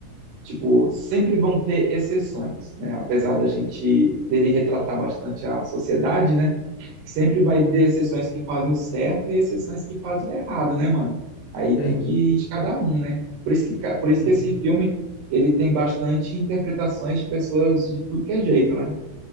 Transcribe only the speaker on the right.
tipo, sempre vão ter exceções, né? Apesar da gente dele retratar bastante a sociedade, né? Sempre vai
ter exceções que fazem o certo e exceções que fazem o errado, né, mano? Aí tem
que ir de cada um, né? Por isso que, ca- por isso
que esse filme ele tem bastante interpretações de pessoas de tudo que é jeito, né?